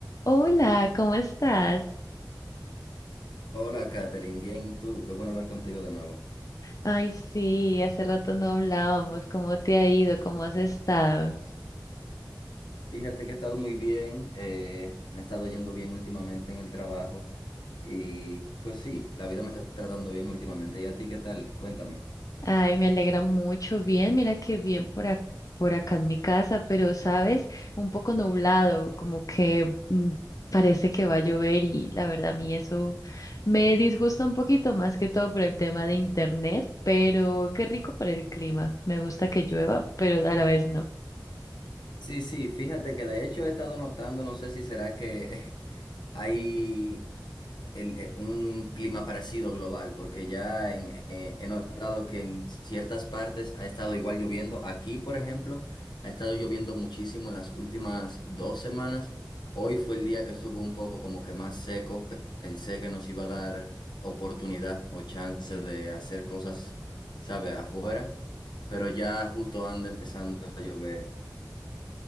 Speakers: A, on the left; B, on the left.
A: Hola, ¿cómo estás?
B: Hola, Katherine, bien, ¿y tú? Qué bueno hablar contigo de nuevo.
A: Ay, sí, hace rato no hablábamos. ¿Cómo te ha ido? ¿Cómo has estado?
B: Fíjate que he estado muy bien, eh, me he estado yendo bien últimamente en el trabajo y pues sí, la vida me está tratando bien últimamente. ¿Y a ti qué tal? Cuéntame.
A: Ay, me alegra mucho. Bien, mira que bien por ac- por acá en mi casa, pero sabes, un poco nublado, como que mm, parece que va a llover y la verdad a mí eso me disgusta un poquito más que todo por el tema de internet, pero qué rico por el clima. Me gusta que llueva, pero a la vez no.
B: Sí, sí, fíjate que de hecho he estado notando, no sé si será que <laughs> hay el- eh, un clima parecido global, porque ya en- eh, he notado que en ciertas partes ha estado igual lloviendo. Aquí, por ejemplo, ha estado lloviendo muchísimo en las últimas dos semanas. Hoy fue el día que estuvo un poco como que más seco. Pe- Pensé que nos iba a dar oportunidad o chance de hacer cosas, sabe afuera, pero ya justo anda empezando a llover.